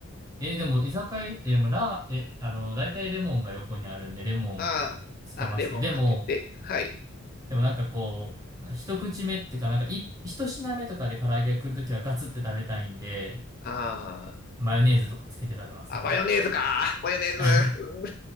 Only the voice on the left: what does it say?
ああ、あ、レモンかけて、
はい。
あ
あ、あ、マヨネーズか。マヨネーズ。
うん、